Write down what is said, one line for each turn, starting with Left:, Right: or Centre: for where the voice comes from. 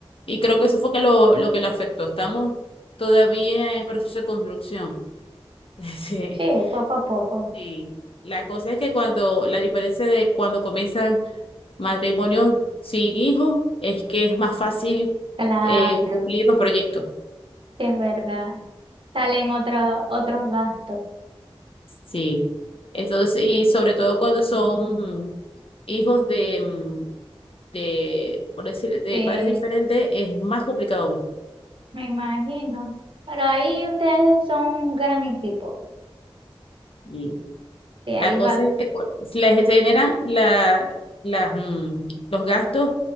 Left: y creo que eso fue que lo, lo que lo afectó. Estamos todavía en proceso de construcción. <laughs> Sí,
Right: Sí, poco a poco.
Left: sí. La cosa es que cuando, la diferencia de cuando comienzan matrimonios sin hijos es que es más fácil
Right: Claro,
Left: eh, cumplir los proyectos.
Right: sí es verdad. Salen otro- otros gastos.
Left: Sí. Entonces, y sobre todo cuando son mm, hijos de, mm, de, por decir, de
Right: Sí,
Left: padres diferentes, es más complicado aún.
Right: me imagino. Pero ahí ustedes son un gran equipo.
Left: Mm.
Right: Sí, ahí
Left: La cosa
Right: va.
Left: es que por- les generan la, las, mm, los gastos,